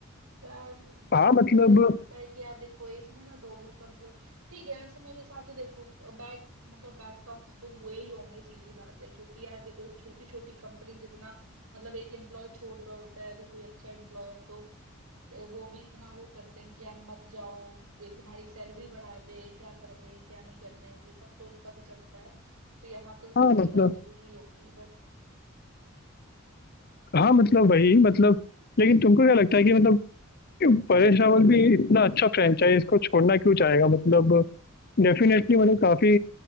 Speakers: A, on the right (about 85°); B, on the left (about 45°).
A: यार बट
B: हाँ
A: मुझे
B: मतलब
A: लगता है कि यार देखो इसमें ना दोनों का मतलब ठीक है वैसे मेरे हिसाब से देखो बैक मतलब बैक टॉक्स तो हुए ही होंगे सीधी बात है क्योंकि यार देखो जब छोटी छोटी कंपनी जितना मतलब एक एम्प्लॉय छोड़ रहा होता है अगर कोई अच्छा एम्प्लॉय है तो अ, वो भी इतना वो करते हैं कि यार मत जाओ ये तुम्हारी सैलरी बढ़ा दे क्या कर दे क्या नहीं कर दे ये सब तो उनका भी चलता है तो यहाँ तो
B: हाँ
A: सीधी
B: मतलब
A: बातें हुई ही होगी बट
B: हाँ मतलब वही मतलब लेकिन तुमको क्या लगता है कि मतलब परेश रावल भी इतना अच्छा फ्रेंचाइज को छोड़ना क्यों चाहेगा मतलब डेफिनेटली मतलब काफी